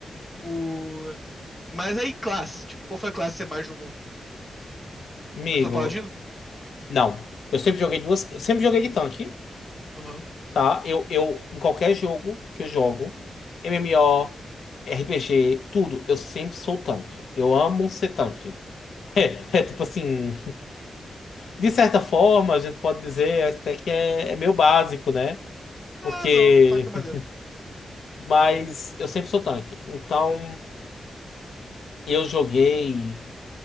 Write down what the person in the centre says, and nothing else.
O... Mas aí, classe. Tipo, qual foi a classe que você mais jogou?
Foi só Paladino?
Aham.
Ah,
não. Tá que maneiro.